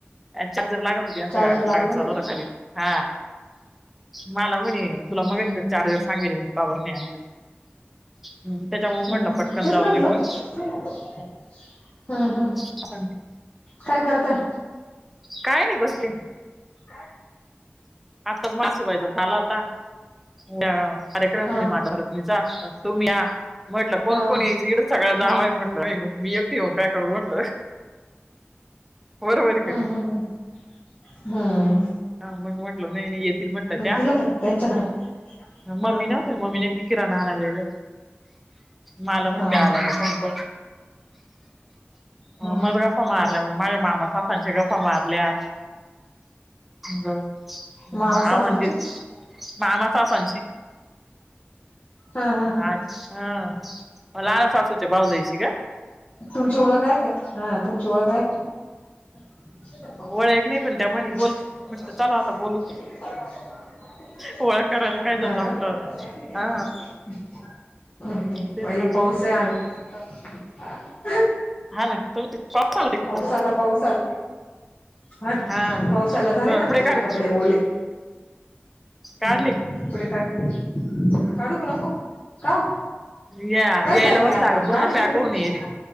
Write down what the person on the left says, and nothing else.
चार्जर
लागत
होता का?
हम्म
तेच
म्हटलं
हम्म हम्
काय करताय.
काय?
हा
हा
हा
हम्म
हम्म हम्म
मग
दिला होता त्यांच्याकडं
हा
हा.
हा.
हम्म
मामा
सासांच्या
हा
हा हा तुमची ओळख काय? हा तुमची ओळख काय? <unintelligible>
<unintelligible>
<inaudible>
पाऊस आला, पाऊस आला! हा ना,
पाऊस आला झाले ना आमचे
कपडे ओले.
हम्, कपडे काढं की काढू का नको का ओ?
माहित
आहे
माय अक्का
काढायची
का नाही